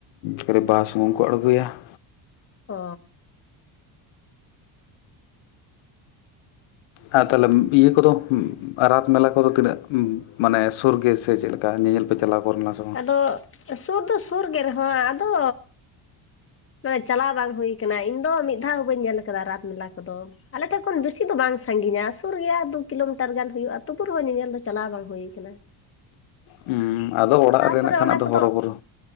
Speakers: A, on the left; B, on the left.
A: ᱠᱷᱟᱹᱞᱤ ᱵᱟᱦᱟ ᱥᱩᱢᱩᱝ ᱠᱚ ᱟᱬᱜᱚᱭᱟ ᱾
B: ᱚᱻ
A: ᱟᱨ ᱛᱟᱦᱚᱞᱮ ᱤᱭᱟᱹ ᱠᱚ ᱫᱚ ᱨᱟᱛ ᱢᱮᱞᱟ ᱠᱚ ᱫᱚ ᱛᱤᱱᱟᱹᱜ ᱥᱳᱨ ᱜᱮ ᱥᱮ ᱪᱮᱫ ᱞᱮᱠᱟ ᱧᱮᱧᱮᱞ ᱯᱮ ᱪᱟᱞᱟᱣ ᱜᱚᱫᱱᱟ?
B: ᱟᱫᱚ ᱥᱩᱨ ᱫᱚ ᱥᱩᱨ ᱜᱮ ᱨᱮᱦᱚᱸ ᱟᱫᱚ ᱢᱟᱱᱮ ᱪᱟᱞᱟᱣ ᱵᱟᱝ ᱦᱳᱭ ᱟᱠᱟᱱᱟ, ᱤᱧ ᱫᱚ ᱢᱤᱫ ᱫᱷᱟᱣ ᱦᱚᱸ ᱵᱟᱹᱧ ᱧᱮᱞ ᱟᱠᱟᱫᱟ ᱨᱟᱛ ᱢᱮᱞᱟ ᱠᱚ ᱫᱚ᱾ ᱟᱞᱮ ᱴᱷᱮᱱ ᱠᱷᱚᱱ ᱵᱤᱥᱤ ᱫᱚ ᱵᱟᱝ ᱥᱟᱺᱜᱤᱧᱟ, ᱥᱩᱨ ᱜᱮᱭᱟ ᱫᱩ ᱠᱤᱞᱳᱢᱤᱴᱟᱨ ᱜᱟᱱ ᱦᱩᱭᱩᱜᱼᱟ, ᱛᱩᱵᱩ ᱨᱮ ᱦᱚᱸ ᱧᱮᱧᱮᱞ ᱫᱚ ᱪᱟᱞᱟᱣ ᱵᱟᱝ ᱦᱩᱭ ᱟᱠᱟᱱᱟ᱾
A: ᱦᱩᱸ, ᱟᱫᱚ ᱚᱲᱟᱜ
B: ᱛᱟᱯᱚᱨᱮ
A: ᱨᱮ ᱱᱟᱜ ᱠᱷᱟᱱ
B: ᱚᱱᱟ
A: ᱟᱫᱚ
B: ᱠᱚᱫᱚ
A: ᱦᱚᱨᱚᱵᱚᱨᱚ᱾